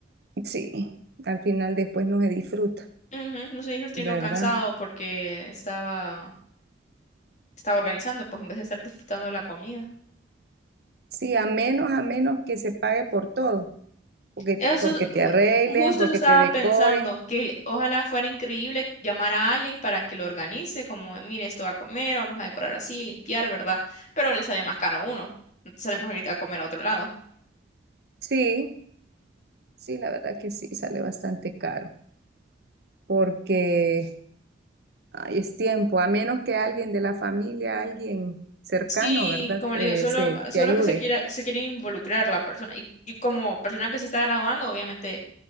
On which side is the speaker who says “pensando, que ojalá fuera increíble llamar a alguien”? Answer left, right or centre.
Left